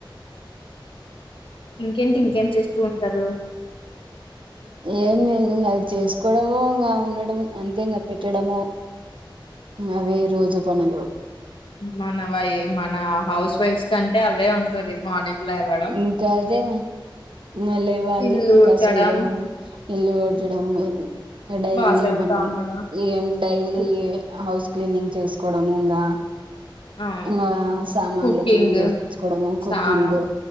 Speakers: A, on the left (about 80°); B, on the right (about 70°).
A: ఇంకేంటి ఇంకేం చేస్తూ ఉంటారు
B: ఏమి లేదు ఇంకా అది చేసుకోవడము ఇంకా ఉండడం అంతే ఇంకా పెట్టడము అవే రోజు పనులు
A: మన వై మన హౌస్ వైఫ్స్ కి కంటే అవే ఉంటుంది మార్నింగ్ లేవడం
B: ఇంకా అదే ఇ లేవాలి
A: ఇల్లు
B: కసుం
A: ఊడ్చడం
B: దో ఇల్లు డ్చడం డైలీ
A: బాసనలు
B: పనులు
A: తోమడం
B: ఏం డైలీ
A: కుక్
B: హౌస్ క్లీనింగ్ చేసుకోవడము ఇంకా
A: అవును
B: ఆఆ సామాన్లు
A: కుకింగ్
B: క్లీన్ చేపిచ్చుకోవడము కుకింగ్
A: సామా